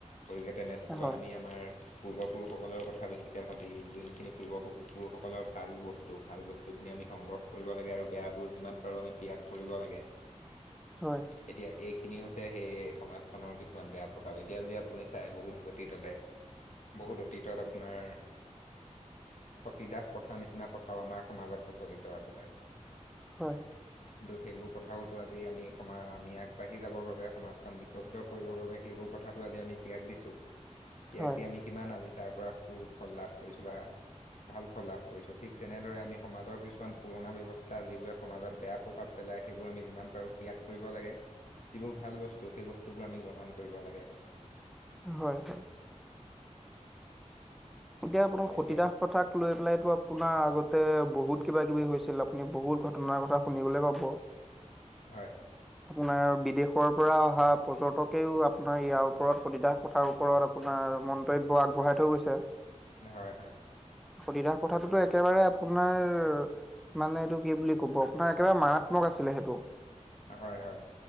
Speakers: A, on the left (about 75°); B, in the centre.
A: গতিকে তেনেস্থলত
B: হয়
A: আমি আমাৰ পূৰ্ব
B: <inaudible>
A: কথা বেছিকৈ ভাবি যোনখিনি পূৰ্ব পুৰুষসকলৰ ভাল বস্তু, ভাল বস্তুখিনি আমি সংগ্ৰহ কৰিব লাগে। আৰু বেয়াবোৰ যিমান পাৰোঁ আমি ত্যাগ কৰিব লাগে
B: হয়
A: তেতিয়া এ খিনি হৈছে সেই সমাজখনৰ কিছুমান বেয়া প্ৰভাৱ এতিয়া যদি আপুনি চাই বহুত অতীতলে বহুত অতীতত আপোনাৰ সতীদাস পথাৰ নিচিনা পথাও আমাৰ সমাজত প্ৰচলিত আছিলে।
B: হয়।
A: কিন্তু সেইবোৰ প্ৰথাওতো আজি আমি সমা আমি আগবাঢ়ি যাবৰ বাবে সমাজখন বিকশিত কৰিবৰ বাবে সেইবোৰ প্ৰথাটো আজি আমি ত্যাগ দিছো, ত্যাগ
B: হয় হয়
A: দি আমি কিমান আজি তাৰ পৰা সুফল লাভ কৰিছোঁ বা ভাল ফল লাভ কৰিছোঁ। ঠিক তেনেদৰে আমি সমাজৰ কিছুমান পুৰণা ব্যৱস্থা যিবোৰে সমাজত বেয়া প্ৰভাৱ পেলা য় সেইবোৰ আমি যিমান পাৰো ত্যাগ কৰিব লাগে। যিবোৰ ভাল বস্তু সেই বস্তুবোৰ আমি গ্ৰহণ কৰিব লাগে।
B: হয়, হয়। এতিয়া আপোনাক সতীদাস
A: এতিয়া
B: প্ৰথাক লৈ পেলাইটো আপোনাৰ আগত ততে বহুত কিবা-কিবি হৈছিল, আপুনি বহুত ঘটনাৰ কথা শুনিবলৈ পাব।
A: হয়।
B: আপোনাৰ বিদেশৰ পৰা অহা পৰ্যটকেও আপোনাৰ ইয়াৰ ওপৰত সতীদাহ পথাৰ ওপৰত আপোনাৰ আৰু মন্তব্য আগবঢ়াই থৈ গৈছে।
A: হয়, হয়।
B: সতীদাহ প্ৰথাটোতো একেবাৰে আপোনাৰ মানে এইটো কি বুলি কব, আপোনাৰ একেবাৰে মাৰাত্মক আছিলে সেইটো।
A: হয় হয়